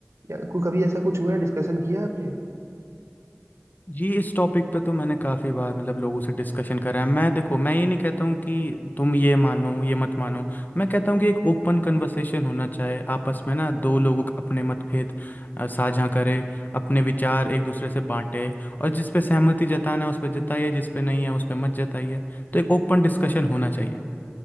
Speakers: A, on the right; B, on the left.
A: या कोई- कभी ऐसा कुछ हुआ है डिस्कशन किया आपने
B: जी इस टॉपिक पे तो मैंने काफ़ी बार मतलब लोगों से डिस्कशन करा है मैं देखो मैं ये नहीं कहता हूँ कि तुम ये मानो ये मत मानो मैं कहता हूँ कि एक ओपन कन्वर्सेशन होना चाहिए आपस में ना दो लोगों का अपने मतभेद अ, साझा करें अपने विचार एक दूसरे से बांटें और जिस पे सहमति जताना है उस पर जताइए जिस पे नहीं है उस पे मत जताइए तो एक ओपन डिस्कशन होना चाहिए